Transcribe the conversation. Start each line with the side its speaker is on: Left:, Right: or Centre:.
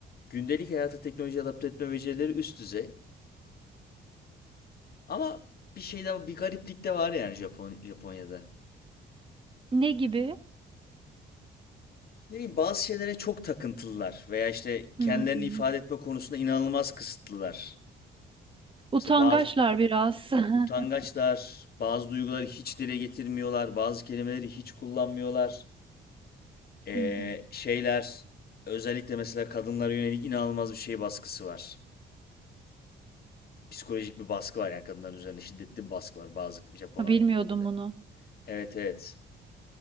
Left: gündelik hayata teknoloji adapte etme becerileri üst düzey. Ama bir şey de bir gariplik de var yani Japon Japonya'da.
Right: Ne gibi?
Left: Ne bileyim bazı şeylere çok takıntılılar veya işte kendilerini
Right: Hmm.
Left: ifade etme konusunda inanılmaz kısıtlılar.
Right: Utangaçlar
Left: Mesela bazı
Right: biraz. <laughs>
Left: utangaçlar, bazı duyguları hiç dile getirmiyorlar, bazı kelimeleri hiç kullanmıyorlar. Ee,
Right: Hmm.
Left: şeyler özellikle mesela kadınlara yönelik inanılmaz bir şey baskısı var. Psikolojik bir baskı var yani kadınların üzerinde şiddetli bir baskı var bazı Japon
Right: Ha,
Left: ailelerinde.
Right: Bilmiyordum bunu.
Left: Evet evet.